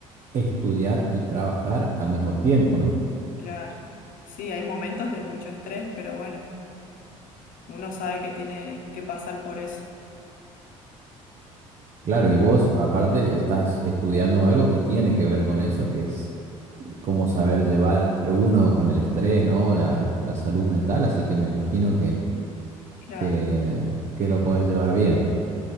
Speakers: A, on the right; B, on the left.
A: estudiar y trabajar al mismo tiempo, ¿no?
B: Claro. Sí, hay momentos de mucho estrés, pero bueno, uno sabe que tiene que pasar por eso.
A: Claro, y vos aparte estás estudiando algo que tiene que ver con eso, que es cómo saber llevar uno con el estrés, ¿no? La, la salud mental, así que me imagino que,
B: Claro.
A: que, que lo podés llevar bien.